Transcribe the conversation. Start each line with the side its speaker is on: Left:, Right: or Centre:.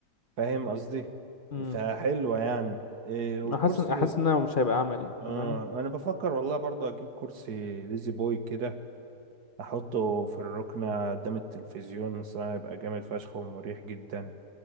Right: فاهم قصدي
Left: مم.
Right: فحلوة يعني إيه والكرسي
Left: احس احس انها مش هيبقى عملي انت
Right: آه
Left: فاهم
Right: انا بفكر والله برضو اجيب كرسي ليزي بوي كده احطه في الركنة قدام التلفزيون صراحة يبقى جامد فشخ ومريح جدا